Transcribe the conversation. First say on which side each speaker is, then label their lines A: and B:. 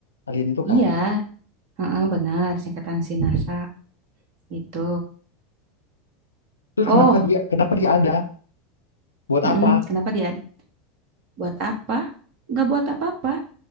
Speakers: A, on the left; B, on the right.
A: Alien itu
B: iya,
A: kan.
B: heeh, benar singkatan sinasa NASA gitu.
A: Terus
B: Oh,
A: kenapa dia kenapa dia ada? Buat
B: mm-mm,
A: apa?
B: Kenapa dia ada? Buat apa? Nggak buat apa-apa.